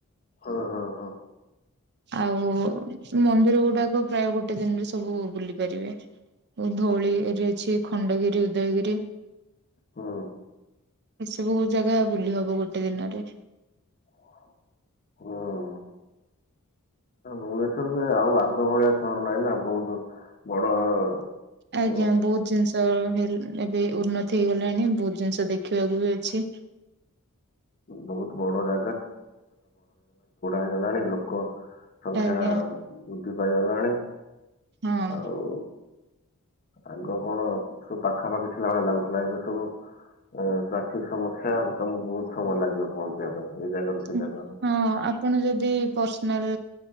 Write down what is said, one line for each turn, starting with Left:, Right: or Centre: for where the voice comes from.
Left: ହଁ ହଁ ହଁ।
Right: ଆଉ ମନ୍ଦିର ଗୁଡାକ ପ୍ରାୟ ଗୋଟେ ଦିନରେ ସବୁ ବୁଲି ପାରିବେ। ଆଉ ଧଉଳି ରେ ଅଛି ଖଣ୍ଡଗିରି, ଉଦୟଗିରି।
Left: ହଁ।
Right: ଏସବୁ ଜାଗା ବୁଲି ହବ ଗୋଟେ ଦିନରେ।
Left: ହଁ। ଭୁବନେଶ୍ୱର ସେଇ ଆଉ ଆଗ ଭଳିଆ ସହର ନାହିଁ ନା ବହୁତ ବଡ଼ ଅ,
Right: ଆଜ୍ଞା ବହୁତ ଜିନିଷ ହେଲ ଏବେ ଉନ୍ନତି ହେଇଗଲାଣି ବହୁତ ଜିନିଷ ଦେଖିବାକୁ ବି ଅଛି।
Left: ଉ ବହୁତ ବଡ଼ ଜା ହେଇଗଲାଣି ଲୋକ ସଂଖ୍ୟା
Right: ଆଜ୍ଞା।
Left: ବୃଦ୍ଧି ପାଇଗଲାଣି।
Right: ହଁ।
Left: ଆଉ ଆଗ କଣ ସବୁ ପାଖାପାଖି ଥିଲା ଭଳିଆ ଲାଗୁଥିଲା ଏବେ ସବୁ ଉଁ ଟ୍ରାଫିକ ସମସ୍ୟା ତମକୁ ବହୁତ ସମୟ ଲାଗିବ ପହଁଞ୍ଚିବା ପାଇଁ। ଏଇ ଜାଗାରୁ ସେ
Right: ହୁଁ
Left: ଜାଗାକୁ
Right: ହଁ ଆପଣ ଯଦି ପର୍ସନାଲ